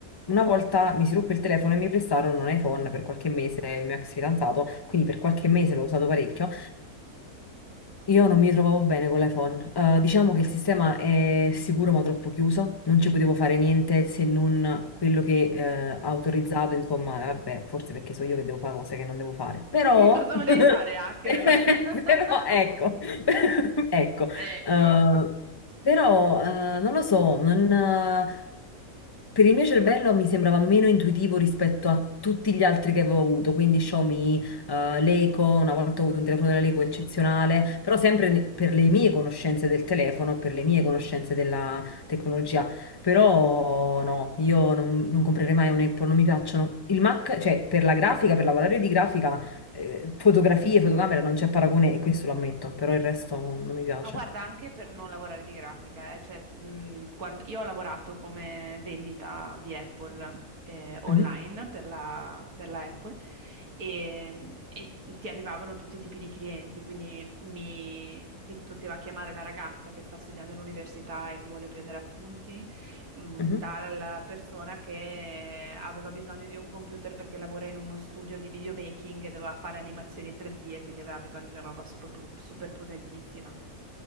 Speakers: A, on the left; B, on the right.
A: una volta mi si ruppe il telefono e mi prestarono un iPhone per qualche mese, il mio ex fidanzato, quindi per qualche mese l'ho usato parecchio Io non mi trovavo bene con l'iPhone. Eh, diciamo che il sistema è sicuro ma troppo chiuso, non ci potevo fare niente se non quello che eh, ha autorizzato, insomma, eh, vabbè, forse perché so io che devo fare cose che non devo fare. Però,
B: <laughs> Che cosa
A: <laughs>
B: volevi fare, hacker?
A: però ecco,
B: <laughs>
A: <laughs> ecco,
B: Ecco.
A: Eh, però eh, non lo so, non, eh, per il mio cervello mi sembrava meno intuitivo rispetto a tutti gli altri che avevo avuto, quindi Xiaomi eh, l'eco, una volta ho avuto un telefono della Leco eccezionale, però sempre ne- per le mie conoscenze del telefono, per le mie conoscenze della tecnologia. Però no, io non, non comprerei mai un Apple, non mi piacciono. Il Mac, cioè per la grafica, per lavorare di grafica, eh, fotografie, fotocamera, non c'è paragone e questo lo ammetto, però il resto non mi piace.
B: Ma guarda, anche per non lavorare di grafica, eh, cioè, mh, quando- io ho lavorato come vendita di Apple eh, online
A: Mhm,
B: per la, per la Apple e, e ti arrivavano tutti i tipi di clienti, quindi mi, ti poteva chiamare la ragazza che sta studiando all'università e che vuole prendere appunti mh,
A: mhm,
B: dalla persona che aveva bisogno di un computer perché lavora in uno studio di videomaking e doveva fare animazioni 3D e quindi aveva bisogno di una roba super, super potentissima.